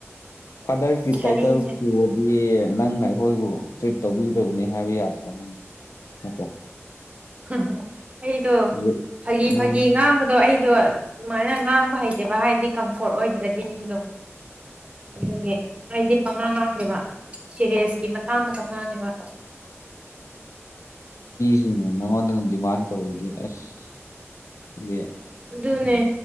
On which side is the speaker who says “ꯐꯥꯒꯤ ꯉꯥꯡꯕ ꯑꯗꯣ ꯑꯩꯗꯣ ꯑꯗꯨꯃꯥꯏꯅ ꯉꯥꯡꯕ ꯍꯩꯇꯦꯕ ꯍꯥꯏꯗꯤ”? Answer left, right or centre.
Right